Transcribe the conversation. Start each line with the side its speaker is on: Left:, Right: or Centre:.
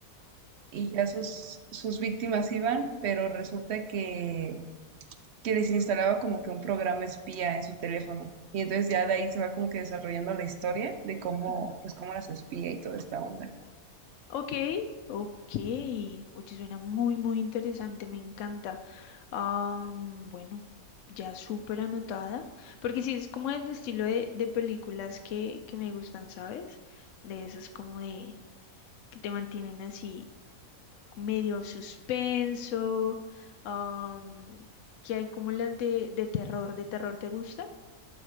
Right: Y ya sus, sus víctimas iban, pero resulta que que les instalaba como que un programa espía en su teléfono. Y entonces ya de ahí se va como que desarrollando la historia de cómo,
Left: sí.
Right: pues cómo las espía y toda esta onda.
Left: Ok, ok. Oye, suena muy, muy interesante, me encanta. Am, bueno, ya súper anotada, porque sí, es como el estilo de, de películas que, que me gustan, ¿sabes? De esas como de que te mantienen así medio suspenso, am, que hay como las de, de terror. ¿De terror te gustan